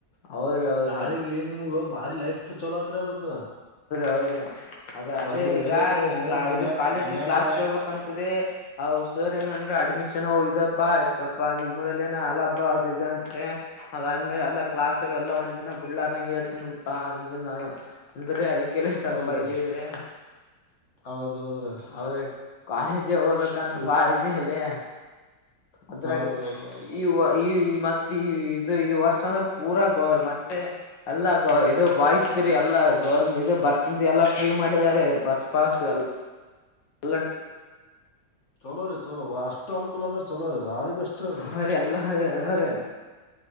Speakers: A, on the left; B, on the left.
A: ಹೌದ್ರಿ ಹೌದ್ರಿ
B: ನಾಳಿಗಿ ನಿಮ್ಗ ಭಾರಿ ಲೈಫ್ ಚಲೋ ಆತ್ರಿ ಅದಕ್ಕ
A: ಹೌದ್ರಿ ಅದ ಅದೇ
B: ಒಂದ್ ವೇಳೆ
A: ಈಗ್
B: ನೀವು ಮನ್ಯ
A: ಇ ಕಾಲೇಜ್
B: ಮನ್ಯಾಗ
A: ಕ್ಲಾಸ್ ಕೇಳಬೇಕು ಅಂತಿದೆ ಸರ್ ಏನಂದ್ರೆ ಅಡ್ಮಿಷನ್ ಇದಪ್ಪಾ ಸ್ವಲ್ಪ ನಿಮ್ಮ ಊರಲ್ಲಿ ಏನು ಅಲಾಭ ಅದು ಇದೆ ಅಂತೆ ಅದಾದ್ಮೇಲೆ ಎಲ್ಲ ಕ್ಲಾಸ್ವು ಎಲ್ಲ ಒಂದ್ ಬಿಡ್ಲಾರ ಹಂಗತ್ತಪಾ ಹ ಅಂದ್ರ ಅದಕ್ಕೆ. ಕೆಲಸ ಸ್ವಲ್ಪ
B: ಹೌದ್ರಿ
A: ಇದ್ ದೆ
B: ಹೌದೌದ್ರಿ
A: ಅವರಿಗೆ ಕಾಲೇಜಿಗೆ ಹೋಗ್ಬೇಕಂತ
B: ಇಲ್
A: ಬಾಳ ಇದ್ದೇ ಇದೆ ಅದ್ರಾಗ
B: ಹೌದೌದೌದು
A: ಈ ಈ ಮತ್ತ್ ಇದು ಈ ವರ್ಷ ಅಂದ್ರೆ ಪೂರಾ ಗೋ ಮತ್ತೆ ಎಲ್ಲಾ ಇದು ಮತ್ತೆ ಬಾಯ್ಸ್. ಎಲ್ಲಾ ಗೌರ್ ಇದು ಬಸ್ ಎಲ್ಲಾ ಫ್ರೀ ಮಾಡಿ. ಮಾಡಿದ್ದಾರೆ ಬಸ್ ಪಾಸ್ ಎಲ್ಲ <inaudible>
B: ಚಲೋ ರೀ ಚಲೋ ಅಷ್ಟ್ ಅನುಕೂಲ ಅದ್ರ ಚಲೋ ರೀ ಭಾರಿ ಬೆಸ್ಟ್ ಅದು
A: ಹ ರೀ ಎಲ್ಲಾ ಹರೀ